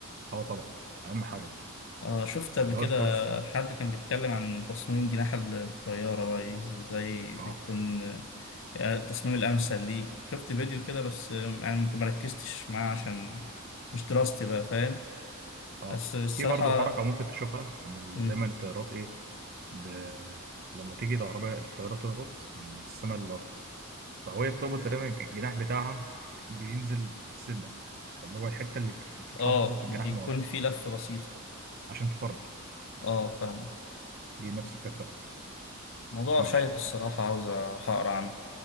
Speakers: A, on the right; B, on the left.
A: اه طبعا اهم حاجه دي
B: آه شفت
A: الداون
B: قبل كده
A: فورس
B: حد كان بيتكلم عن تصميم جناح الطيارة بقى إيه إزاي بيكون
A: اه
B: آه، التصميم الأمثل ليه شفت فيديو كده بس آه، يعني ما ركزتش معاه عشان مش دراستي بقى فاهم
A: اه
B: بس الصراحة
A: في برضه حركة ممكن تشوفها من
B: مم،
A: ال- دايما الطيارات ايه ب... لما تيجي العربية الطيارة تهبط من من السماء للأرض فهي بتهبط تقريبا الجناح بتاعها بينزل سنة اللي هو الحتة اللي بت- بتطلع
B: آه
A: وتنزل في الجناح
B: بيكون
A: من ورا
B: في لفة بسيطة
A: عشان تفرمل
B: آه فاهمك
A: دي نفس الفكرة برضه
B: موضوع
A: ماشي
B: شيق
A: تمام
B: الصراحة عاوز أروح أقرأ عنه